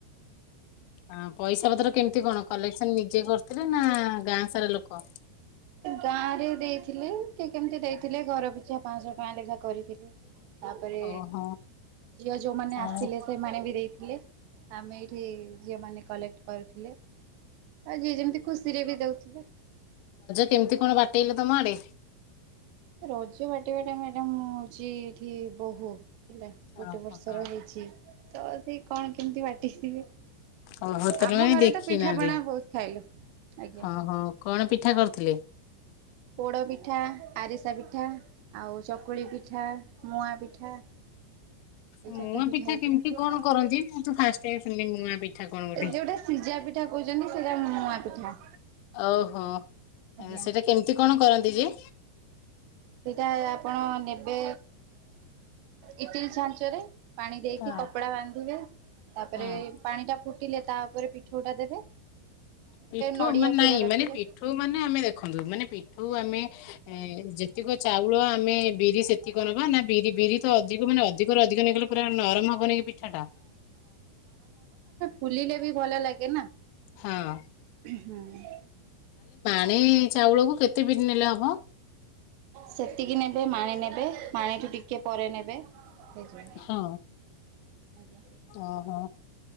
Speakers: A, on the left; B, on the right.
A: ହଁ ପଇସା ପ୍ର କେମିତି କଣ କଲେକ୍ସନ ନିଜେ କରିୁଥିଲେ ନା ଗାଁ ସାରା ଲୋକ କ
B: ଗାଁରେ ଦେଇଥିଲେ, ସେ କେମିତି ଦେଇଥିଲେ ଘର ପଛା ପାଞ୍ଚଶ ପାଞ୍ଚ ଲେଖା କରିଥିଲୁ। ତାପରେ
A: ଓହୋ
B: ଝିଅ ଯୋଉମାନେ
A: ଆଉ
B: ଆସିଲେ ସେମାନେ ବି ଦେଇଥିଲେ, ଆମେ ଏଇଠି ଝିଅ ମାନ କଲେକ୍ଟ କରୁଥିଲେ, ଆଉ ଯିଏ ଯେମିତି ଖୁସିରେ ବି ଦଉଥିଲେ।
A: ସେମିତି କଣ ବାଟେଇଲେ ତମ ଆଡେ।
B: ରଜ ବାଟିବା ଟା ମ୍ୟାଡାମ ମୁଁ ହଉଛି ଏଠି ବହୁତ। ହେଲା
A: ଓହୋ
B: ଗୋଟେ ବର୍ଷର
A: ହଁ
B: ହେଇଛି, ତ ସେ କଣ କେମିତି ବାଟିଥିବେ।
A: ଓହୋ ତାହେଲେ
B: ଆମ
A: ମାନେ
B: ଘରେ
A: ଦେଖି
B: ତ ପିଠାପଣା
A: ନାହାନ୍ତି
B: ବହୁତ ଖାଇଲୁ, ଆଜ୍ଞା।
A: ହଁ ହଁ କଣ ପିଠା କରୁଥିଲେ?
B: ପୋଡପିଠା, ଆରିସା ପିଠା, ଆଉ ଚକୁଳି ପିଠା, ମୁଆଁ ପିଠା। ଏଇ
A: ମୁଆଁ
B: ଚାରିଟା ପିଠା ହେଇଥିଲା,
A: କେମିତି କଣ କରନ୍ତି ମୁଁ ତ ଫାଷ୍ଟ ଟାଇମ ଶୁଣିଲି ମୁଆଁ ପିଠା କଣ ବୋଲି।
B: ଯୋଉଟା ସିଝା ପିଠା କହୁଛନ୍ତି ସେଇଟା ମୁଆଁ ପିଠା।
A: ଓହୋ
B: ଆଜ୍ଞା
A: ସେଇଟା କେମିତି କଣ କରନ୍ତି ଯେ?
B: ସେଇଟା ଆପଣ ନେବେ ଇଟିଲି ଛାଞ୍ଚରେ। ପାଣି ଦେଇକି
A: ହଁ
B: କପଡା ବାନ୍ଧିବେ, ତାପରେ
A: ହଁ
B: ପାଣିଟା ଫୁଟିଲେ ତାପରେ ପିଠଉ ପି ଟା ଦେବେ
A: ପିଠଉ
B: ନଡିଆ
A: ମ ନାଇଁ
B: ପୁର ରଖିବେ।
A: ମାନେ ପିଠଉ ମାନେ ଆମେ ଦେଖନ୍ତୁ ମାନେ ପିଠଉ ଆମେ ଏ ଯେତିକ ଚାଉଳ ଆମେ ବିରି ସେତିକ ନବା ନା ବିରି ବିରି ତ ଅଧିକ ମାନେ ଅଧିକରୁ ଅଧିକ ନେଇଗଲେ ପୁରା ନରମ ହବନି କି ପିଠାଟା।
B: ଫୁଲିିଲେ ବି ଭଲ ଲାଗେ ନା,
A: ହଁ
B: ହୁଁ।
A: ନେଇ ଚାଉଳକୁ କେତେ ବିରି ନେଲେ ହବ?
B: ସେତିକି ନେବେ ମାଣି ନେବେ ମାଣିଠୁ ଟିକେ କିଏ ପରେ ନେବେ। ହେଉ।
A: ହଁ।
B: ଆଜ୍ଞା
A: ଓହୋ